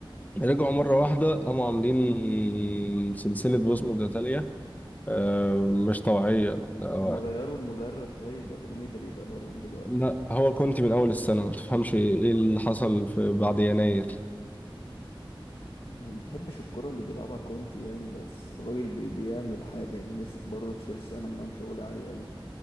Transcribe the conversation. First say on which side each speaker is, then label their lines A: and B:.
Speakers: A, on the left; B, on the left.
A: رجعوا مرة واحدة قاموا عاملين سلسلة بوس متتالية آه، مش طبيعية آه،
B: هم غيروا المدرب طيب ولا مين اللي بيدربهم دلوقتي
A: لا هو كونتي من اول السنه ما تفهمش ايه اللي حصل في بعد يناير
B: ما بحبش الكرة اللي بيلعبها كونتي يعني بس الراجل بي- بيعمل حاجة يعني ماسك برضه تشيلسي عمل معاهم شغل عالي قوي